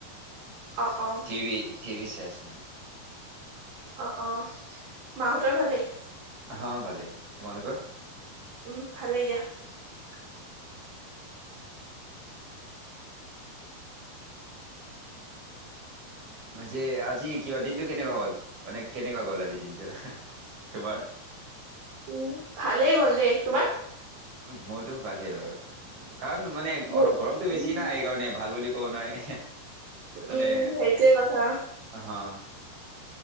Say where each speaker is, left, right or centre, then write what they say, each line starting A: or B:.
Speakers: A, on the right; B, on the right.
A: অ', অ',
B: টিভি টিভি আছো
A: অ অ মাহঁতৰ ভালেই
B: হ ভালে তোমালোকৰ
A: উম ভালেই দিয়া
B: আতছা যে আজি কিবা দিনটো কেনেকোৱা হ'ল মানে কেনেকোৱা গ'ল আজি দিনটো তোমাৰ
A: উ ভালেই গ'ল দেই তোমাৰ
B: মোৰতো ভালেই বাৰু কাৰণ মানে
A: মোৰ
B: অলপ গৰমতটো বেছি
A: উম,
B: না এইকাৰণে ভাল বুলি কৰ নাই মানে
A: উম, সেইটোৱে কথা
B: অ